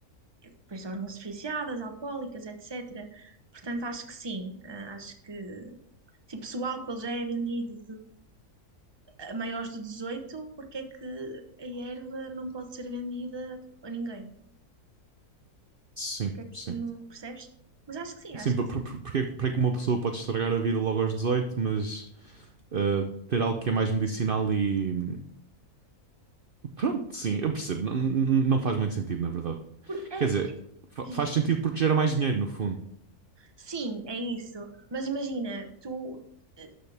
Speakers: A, on the right (about 20°); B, on the right (about 50°).
A: depois tornam-se viciadas, alcoólicas, etc. Portanto, acho que sim, eh, acho que Tipo, se o álcool já é vendido a maiores de dezoito porque é que a erva não pode ser vendida tipo, a ninguém?
B: sim,
A: Porque é que
B: sim.
A: não percebes? Mas acho que sim,
B: Sim,
A: acho
B: por-
A: que
B: por-
A: sim.
B: por- porque, é que- porque é que uma pessoa pode estragar a vida logo aos 18, mas ah, ter algo que é mais medicinal e. Pronto, sim, eu percebo. Não, não não faz muito sentido, na verdade.
A: Por- É,
B: Quer dizer,
A: porque
B: fa-
A: diz
B: faz
A: isto.
B: sentido porque gera mais dinheiro, no fundo.
A: sim, é isso. Mas imagina, tu eh,